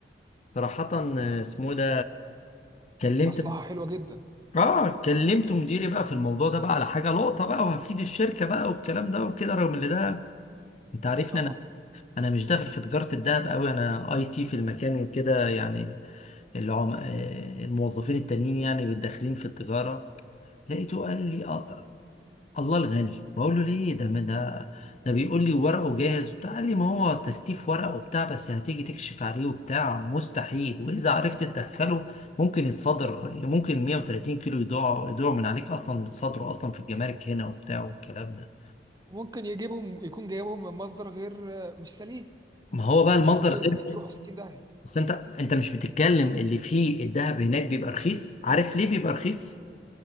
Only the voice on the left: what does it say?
صراحة اسمه ده كلمت
اه كلمت مديري بقى في الموضوع ده بقى على حاجة لقطة بقى وهفيد الشركة بقى والكلام ده وكده رغم ان ده انت عارفني
انا انا مش داخل في تجارة الذهب قوي انا اي تي في المكان وكده يعني العم... آه، الموظفين التانيين يعني داخلين في التجارة لقيته قال لي آه، الله الغني بقول له ليه ده ما- ده ده بيقول لي ورقه جاهز وبتاع قال لي ما هو تستيف ورقه وبتاع بس هتيجي تكشف عليه وبتاع مستحيل واذا عرفت تدخله ممكن يتصدر ممكن 130 كيلو يضيعوا يضيعوا من عليك اصلا ويتصدروا اصلا في الجمارك هنا وبتاع والكلام ده
ما هو بقى المصدر
غير
بس انت انت مش بتتكلم اللي فيه الذهب هناك بيبقى رخيص عارف ليه بيبقى رخيص